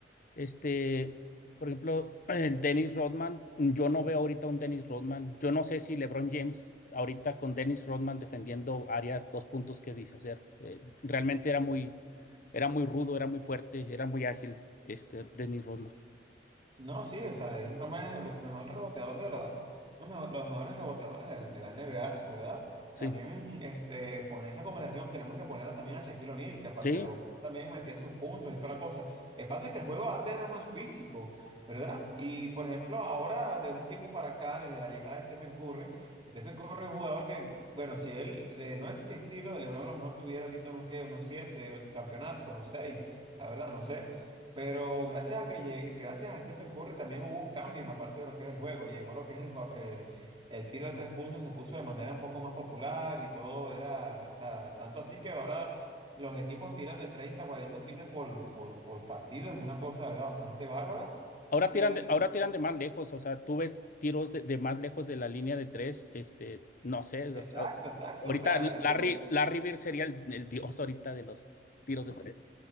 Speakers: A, on the left; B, on the right.
A: Este, por ejemplo, <clears throat> el Dennis Rodman, yo no veo ahorita un Dennis Rodman. Yo no sé si LeBron James ahorita con Dennis Rodman defendiendo áreas, dos puntos que dice hacer. Eh, realmente era muy, era muy rudo, era muy fuerte, era muy ágil, este Dennis Rodman.
B: No, sí, o sea, Devin Roma es el re- mejor reboteador de los, no, mejo- los mejores reboteadores de, de la NBA, ¿verdad? También,
A: Sí,
B: este, poner esa conversación, tenemos que poner a- también a Shaquille O'Neal, que aparte
A: sí.
B: de rebotear, también metía sus puntos y toda la cosa. El pasa es que el juego antes era más físico, ¿verdad? Y, por ejemplo, ahora, de un tiempo para acá, desde la llegada de Stephen Curry, Stephen Curry es un jugador que, bueno, si él de no existir, lo de LeBron a lo mejor tuviera ahorita unos, ¿qué? Unos siete ocho campeonatos o seis, la verdad, no sé. Pero gracias a que llegue- gracias a Stephen Curry también hubo un cambio en la parte de lo que es el juego. Llegó lo que es el, fa- el, el tiro de tres puntos, se puso de manera un poco más popular y todo era, o sea, tanto así que ahora los equipos tiran de 30 40 triples por, por, por partido, es una cosa de verdad bastante bárbara.
A: Ahora
B: Y
A: tiran de, ahora tiran de más lejos, o sea, tú ves tiros de, de más lejos de la línea de tres, este, no sé,
B: exacto,
A: o sea,
B: exacto,
A: o- ahorita
B: o sea, eso
A: Larry,
B: es-
A: Larry Bird sería el, el dios ahorita de los tiros de tres.